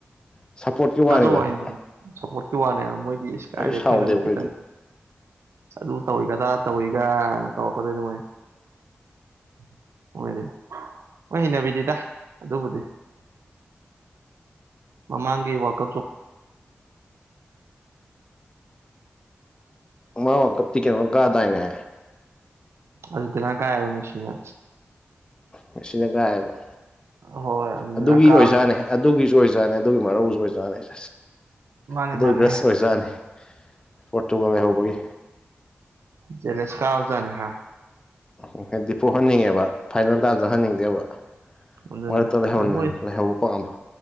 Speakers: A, on the left; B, on the right.
A: ꯁꯞꯄꯣꯔꯠꯀꯤ ꯋꯥꯅꯤꯗ
B: ꯀꯥꯖꯧ ꯍꯥꯏꯅꯤ ꯁꯞꯄꯣꯔꯠꯀꯤ ꯋꯥꯅꯦꯕ ꯃꯣꯏꯗꯤ ꯏꯁꯀꯥꯏꯗꯦ
A: ꯑꯩꯁꯨ
B: ꯑꯩꯈꯣꯏꯅꯒ
A: ꯁꯥꯎꯗꯦ ꯑꯩꯈꯣꯏꯗꯤ
B: ꯈꯤꯇꯪ ꯑꯗꯨ ꯇꯧꯋꯤꯒꯗ ꯇꯧꯋꯤꯒ ꯇꯧꯔꯛꯀꯗꯣꯏꯗ ꯃꯣꯏ <unintelligible> <inaudible> ꯃꯣꯏꯗꯤ ꯍꯣꯏ ꯍꯩꯅꯕꯤꯗꯤꯗ ꯑꯗꯨꯕꯨꯗꯤ ꯃꯃꯥꯡꯒꯤ ꯋꯥꯀ ꯆ
A: ꯃꯥ ꯋꯤꯔꯂꯗ ꯀꯎꯞ <unintelligible> ꯀꯩꯅꯣꯅꯥ ꯀꯥꯗꯥꯏꯅꯦ
B: ꯑꯔꯖꯦꯟꯇꯤꯅ ꯀꯥꯏꯌꯦꯕ ꯃꯦꯁꯤꯅ
A: ꯀꯩꯪꯁꯨ
B: ꯍꯣꯏ ꯑꯥꯔꯖꯦꯟꯇꯤꯅꯥ
A: ꯑꯗꯨꯒꯤ
B: ꯀꯥꯕ
A: ꯑꯣꯖꯥꯅꯦ ꯑꯗꯨꯒꯤꯁꯨ ꯑꯣꯏꯖꯥꯅꯤ ꯑꯗꯨꯒꯤ ꯃꯔꯧꯁꯨ ꯑꯣꯏꯖꯥꯅꯤ ꯑꯩ
B: ꯃꯥꯅꯦ
A: ꯑꯗꯨ
B: ꯃꯥꯅꯦ
A: ꯒ꯭ꯔꯁ ꯑꯣꯏꯕꯖꯥꯠꯅꯤ ꯄꯣꯔꯇꯨꯒꯜ ꯂꯩꯍꯧꯕꯒꯤ
B: ꯖꯦꯂꯁ ꯀꯕꯖꯠꯅꯦ ꯍꯥ
A: ꯎ ꯗꯤꯄꯨ ꯍꯟꯅꯤꯡꯉꯦꯕ ꯐꯥꯏꯅꯦꯜ ꯇꯥꯟꯖ ꯍꯟꯅꯤꯡꯗꯦꯕ
B: ꯑꯗꯨꯅꯤ
A: ꯃꯔꯠꯇ ꯂꯩꯍꯧꯅꯤ
B: ꯑꯗꯨ ꯃꯣꯏ
A: ꯂꯩꯍꯧꯕ ꯄꯥꯝꯕ